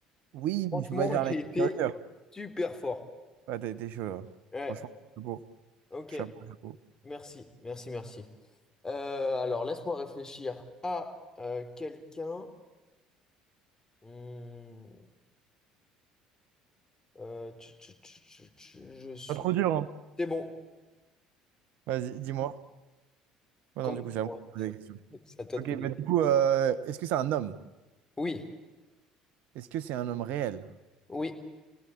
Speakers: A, on the right (about 65°); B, on the left (about 20°).
A: Oui,
B: Franchement,
A: mais je peux pas dire
B: <laughs> j'ai
A: Anakin
B: été
A: Skywalker.
B: super fort.
A: Ouais, t'as été chaud, là.
B: Ouais,
A: Franchement, chapeau.
B: ok.
A: Chapeau, chapeau.
B: Merci, merci, merci. Euh, alors, laisse-moi réfléchir à euh, quelqu'un. Hmm, euh, tch, tch, tch, tch, tch, je suis.
A: Pas trop dur, hein?
B: C'est bon.
A: Vas-y, dis-moi. Ouais,
B: Comment
A: non, du coup,
B: dis-moi?
A: c'est à moi de poser la question.
B: <laughs> C'est à toi
A: Ok,
B: de poser.
A: bah du coup, euh, est-ce que c'est un homme?
B: Oui,
A: Est-ce que c'est un homme réel?
B: oui,